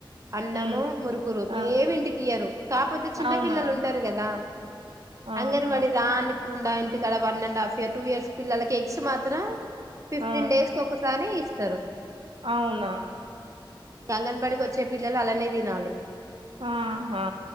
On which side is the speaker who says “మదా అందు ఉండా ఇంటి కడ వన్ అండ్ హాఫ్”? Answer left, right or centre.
Right